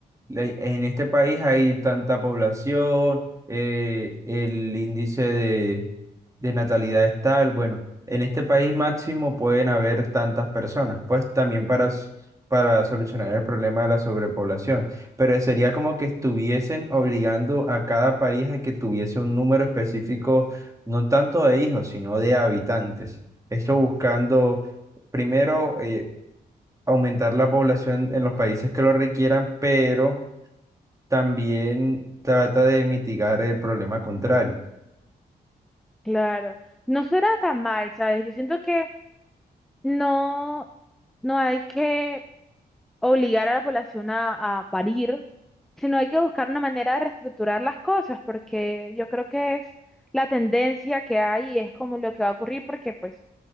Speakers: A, on the right; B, in the centre.
A: le- en este país hay tanta población, eh, el índice de, de natalidad es tal, bueno, en este país máximo pueden haber tantas personas, pues también para, s- para solucionar el problema de la sobrepoblación, pero sería como que estuviesen obligando a cada país a que tuviese un número específico, no tanto de hijos, sino de habitantes. Esto buscando... Primero, eh, aumentar la población en los países que lo requieran, pero también trata de mitigar el problema contrario.
B: Claro, no será tan mal, ¿sabes? Yo siento que no, no hay que obligar a la población a, a parir, sino hay que buscar una manera de reestructurar las cosas, porque yo creo que es la tendencia que hay y es como lo que va a ocurrir, porque pues